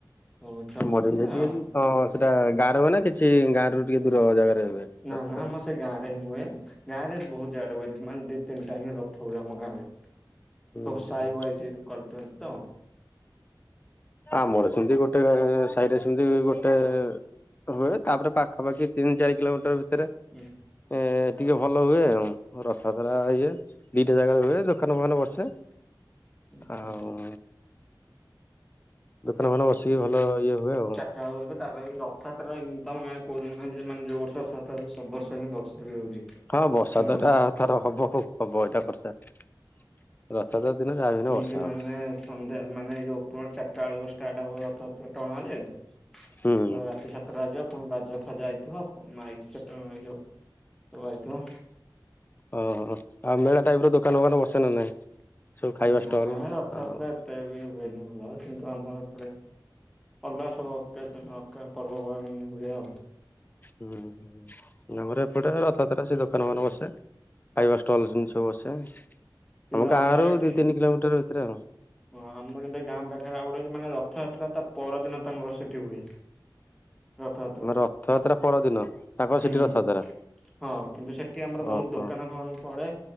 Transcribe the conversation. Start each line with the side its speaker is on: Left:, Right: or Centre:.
Centre: ସବୁ ଚାଲିଛି
Left: ମରିବି ସେଇଠି
Centre: ଆଉ
Left: ଅଛି ତ ସେଇଟା ଗାଁରେ ହୁଏ ନା କିଛି ଗାଁ ରରୁ ଟିକେ ଦୂର ଜାଗାରେ ହୁଏ
Centre: ନା
Left: ରଥଧାରା।
Centre: ନା ଆମ ସେ ଗାଁରେିଁ ହୁଏ ଗାଁରେ ବହୁତ ଜାଗା ହୁଏ ମାନେ ଦି ତିନିଟା ହିଁ ରଥ ହୁଏ ଆମ ଗାଁରେ।
Left: ହୁଁ।
Centre: ସବୁ ସାଇ ୱାଇଜିନ୍ କରୁଛନ୍ତି ତ।
Left: ଆମର ସେମିତି ଗୋଟେ ସାହିରେ ସେମିତି ଗୋଟେ। ହୁଏ ତାପରେ ପାଖାପାଖି ତିନି ଚାରି କିଲୋମିଟର ଭିତରେ।
Centre: ହୁଁ।
Left: ଏ ଟିକେ ଭଲ ହୁଏ ଆଉ ରଥ ଯାତ୍ରା ଇଏ। ଦିଟା ଜାଗାରେ ହୁଏ ଦୋକାନ ଫୋକାନ ବସେ
Centre: ହୁଁ
Left: ଆଉ। ଦୋକାନ ଫୋକାନ ବସିକି ଭଲ ଇଏ ହୁଏ ଆଉ।
Centre: ଆଉ ତାପରେ ରଥଯାତ୍ରା ଏମି ତ କହୁ ଯୋନ ଯୋଉ ବର୍ଷ ରଥଯାତ୍ରା। ତା ସବୁର୍ଷ ହିଁ ବର୍ଷା ବି ହଉଛି।
Left: ହଁ ବର୍ଷା
Centre: ମୁଁ ମନ
Left: ତ ଏଟା ତାର ହବ ଆଉ ହବ ଏଇଟା ପଶେଣ୍ଟ। ରଥଯାତ୍ରା ଦିନ ଯାହାବି ହେଲେ
Centre: ଠିକ୍
Left: ବର୍ଷା
Centre: ମାନେ
Left: ହବ।
Centre: ସନ୍ଧ୍ୟା ମାନେ ଯଉ ଚାରିଟା ବେଳକୁ ଷ୍ଟାର୍ଟ ହବ ରଥଯାତ୍ରା ଟଣାଯେ।
Left: ହୁଁ
Centre: ପୁରା ରାତି ସାତଟା ବାଜିବ ପୁଣି ବାଜା ଫାଜା ଆଇଥିବ ମାଇକି ସେ। ଉ ଅଇଥିବ।
Left: ଅ ଆଉ ମେଳା ଟାଇପ ର ଦୋକାନ ଫୋକାନ ବସେନା ନାଇଁ ସବୁ ଖାଇବା
Centre: ନା
Left: ଷ୍ଟଲ
Centre: ରଥଯାତ୍ରା
Left: ଆଉ।
Centre: ଏତେ ବି ହୁଏନି ଭଲ କିନ୍ତୁ ଆମର ଏପଟେ ଅଲଗା ସବୁ। ପର୍ବପର୍ବାଣି ହୁଏ ଆଉ।
Left: ହୁଁ ଆମର ଏପଟେ ରଥଯାତ୍ରା ସେଇ। ଦୋକାନ ଫୋକାନ ବସେ ଖାଇବା ଷ୍ଟଲ୍ ଜିନିଷ ବସେ
Centre: କିନ୍ତୁ
Left: ଆମ
Centre: ଆମର
Left: ଗାଁ ରୁ
Centre: ଏଠି
Left: ଦି ତିନି। କିଲୋମିଟର ଭିତରେ ଆଉ।
Centre: ହଁ ଆମର ଏବେ ଗାଁ ପାଖରେ ଆଉ ଗୋଟେ ଅଛି ମାନେ ରଥଯାତ୍ରା ତା। ପରଦିନ ତାଙ୍କର ସେଠି ହୁଏ। ରଥଯାତ୍ରା।
Left: ଆମ ରଥଯାତ୍ରା ପରଦିନ ତାଙ୍କର
Centre: ହୁଁ
Left: ସେଠି ରଥଯାତ୍ରା।
Centre: ହଁ କିନ୍ତୁ ସେଠି ଆମର ବହୁତ
Left: ଓହୋ
Centre: ଦୋକାନ ଫୋକାନ ପଡେ।